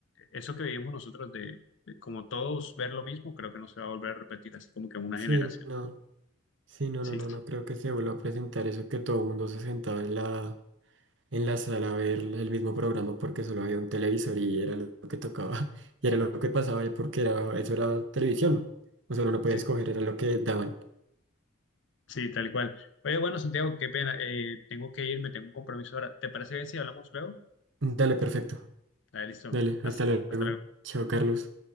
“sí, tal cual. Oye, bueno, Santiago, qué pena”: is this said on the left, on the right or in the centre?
Left